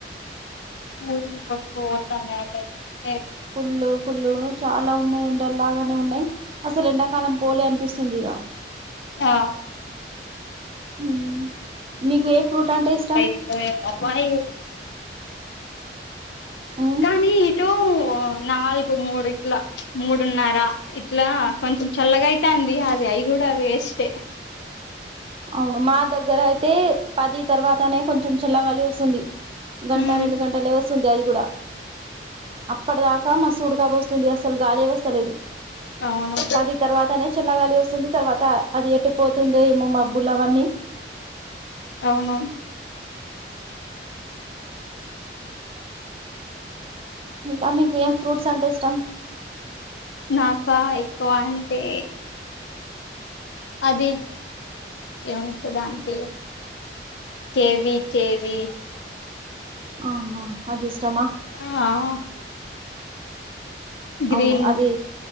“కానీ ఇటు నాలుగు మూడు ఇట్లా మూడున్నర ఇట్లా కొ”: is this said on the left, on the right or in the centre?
Left